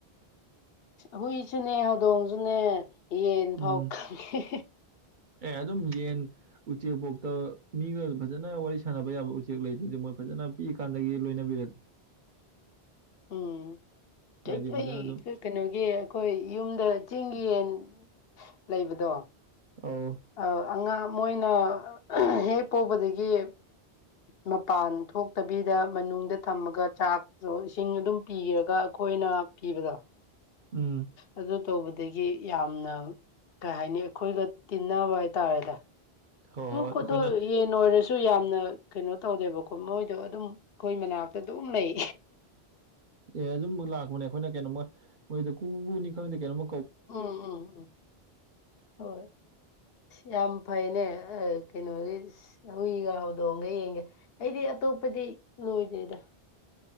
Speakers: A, on the left; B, on the right.
A: ꯍꯨꯏꯁꯨꯅꯦ ꯍꯧꯗꯣꯡꯁꯨꯅꯦ ꯌꯦꯟ
B: ꯎꯝ
A: ꯐꯥꯎ ꯈꯪꯉꯦ
B: ꯑꯦ ꯑꯗꯨꯝ ꯌꯦꯟ ꯎꯆꯦꯛꯐꯣꯛꯇ ꯃꯤꯒ ꯐꯖꯅ ꯋꯥꯔꯤ ꯁꯥꯟꯅꯕ ꯌꯥꯕ ꯎꯆꯦꯛ ꯂꯩꯗꯨꯗꯤ ꯃꯣꯏ ꯐꯖꯅ ꯄꯤꯛꯑ ꯀꯥꯟꯗꯒꯤ ꯂꯣꯏꯅꯕꯤꯔꯗꯤ
A: ꯎꯝ
B: ꯍꯥꯏꯗꯤ
A: ꯑꯩ
B: ꯐꯖꯅ ꯑꯗꯨꯝ
A: ꯀꯩꯅꯣꯒꯤ ꯑꯩꯈꯣꯏ ꯌꯨꯝꯗ ꯆꯤꯡꯒꯤ ꯟ ꯂꯩꯕꯗꯣ
B: ꯑꯧ
A: ꯑ ꯑꯉ ꯃꯣꯏꯅ ꯍꯦꯛ ꯄꯧꯕꯗꯒꯤ ꯃꯄꯥꯟ ꯊꯣꯛꯇꯕꯤꯗ ꯊꯝꯃꯒ ꯆꯥꯛꯁꯨꯣ ꯏꯁꯤꯡ ꯑꯗꯨꯝ ꯄꯤꯔꯒ ꯑꯩꯈꯣꯏꯅ ꯄꯤꯕꯗꯣ
B: ꯎꯝ
A: ꯑꯗꯨꯗꯣ ꯇꯧꯕ ꯑꯗꯒꯤ ꯌꯥꯝꯅ ꯀꯩ ꯍꯥꯏꯅꯤ ꯑꯩꯈꯣꯏꯒ ꯇꯤꯟꯅꯕ ꯍꯥꯏꯇꯥꯔꯦꯗ
B: ꯍꯣꯏ
A: ꯍ
B: ꯍꯣꯏ
A: ꯀꯗꯣ
B: ꯑꯩꯈꯣꯏꯅ
A: ꯌꯦ ꯅ ꯑꯣꯁ ꯁꯨ ꯌꯥꯝꯅ ꯀꯩꯅꯣ ꯇꯧꯗꯦꯕꯀꯣ ꯃꯣꯏꯗꯣ ꯑꯗꯨꯝ ꯑꯩꯈꯣꯏ ꯃꯅꯥꯛꯇ ꯑꯗꯨꯝ ꯂꯩ
B: ꯑꯦ ꯑꯗꯨꯨꯝ ꯂꯥꯛꯄꯅꯦ ꯑꯩꯈꯣꯏꯅ ꯀꯩꯅꯣꯝꯃ ꯃꯣꯏꯗ ꯀꯨ ꯀꯨꯅꯤ ꯈꯪꯗꯦ ꯀꯩꯅꯣꯝ
A: ꯎꯝ ꯎꯝ ꯎꯝ ꯍꯣꯏ ꯌꯥꯝ ꯐꯩꯅꯦ ꯀꯩꯅꯣꯒꯤ ꯍꯨꯏꯒ ꯍꯧꯗꯣꯡꯒ ꯌꯦꯡꯒꯦ ꯑꯩꯗꯤ ꯑꯇꯣꯞꯄꯗꯤ ꯂꯣꯏꯗꯦꯗ